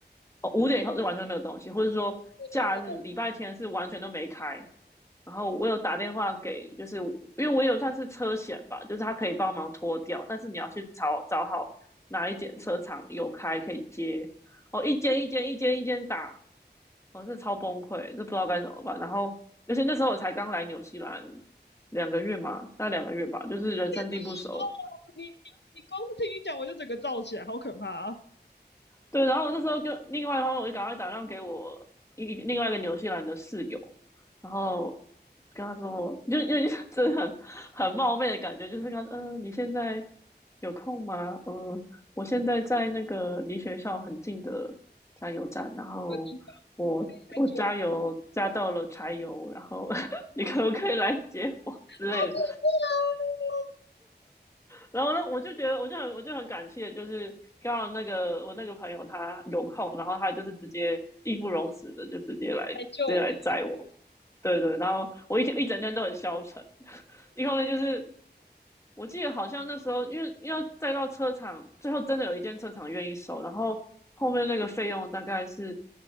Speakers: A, on the left; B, on the left.
A: 哦，五点以后就完全没有东西，或者说假日礼拜天是完全都没开。
B: 我懂，我懂。
A: 然后我有打电话给，就是因为我有算是车险吧，就是他可以帮忙拖掉，但是你要去找找好哪一间车厂有开可以接。哦，一间一间一间一间打，我是超崩溃，就不知道该怎么办。然后，而且那时候我才刚来纽西兰两个月嘛，大概两个月吧，就是人生地不熟，
B: 天呐，哦，你你你光是听你讲，我就整个燥起来，好可怕啊！
A: 对，然后我那时候就另外一方面，我就赶快打电话给我一另外一个纽西兰的室友，然后跟他说，就就就 <laughs> 真的很很冒昧的感觉，就是跟他说，嗯、呃你现在有空吗？嗯，呃我现在在那个离学校很近的加油站，然后我我加油加到了柴油，
B: 某个地方可以来救我，
A: 然后 <laughs> 你可不可以来接我之类的？
B: 好可怕啊，
A: 然后呢，我就觉得，我就很，我就很感谢，就是刚好那个我那个朋友他有空，然后他就是直接义不容辞的，就直接来，
B: 来救你
A: 直接来载我。对对，然后我一天一整天都很消沉，<laughs> 一方面就是我记得好像那时候，因为因为载到车厂，最后真的有一间车厂愿意收，然后后面那个费用大概是